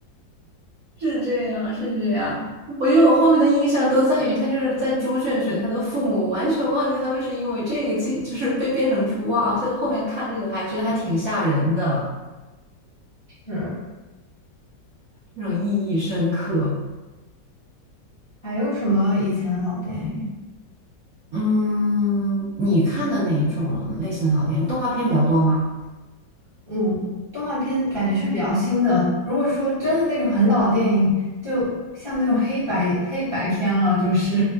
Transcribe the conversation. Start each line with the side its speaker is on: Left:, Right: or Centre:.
Right: 是这样，是这样。我觉得我后面的印象都在于他就是在猪圈选他的父母，我完全忘记他们是因为这个记，就是被变成猪。哇，所以后面看这个还觉得还挺吓人的，
Left: 是。
Right: 这种意义深刻。
Left: 还有什么以前的老电影？
Right: 嗯，你看的哪种类型的老电影？动画片比较多吗？
Left: 嗯，动画片感觉是比较新的。如果说真的那种很老的电影，就像那种黑白黑白片了，就是